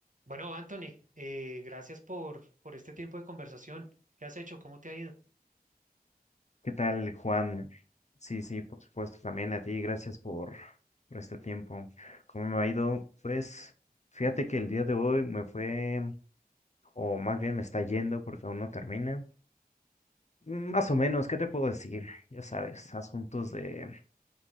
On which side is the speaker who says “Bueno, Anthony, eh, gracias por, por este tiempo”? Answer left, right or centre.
Right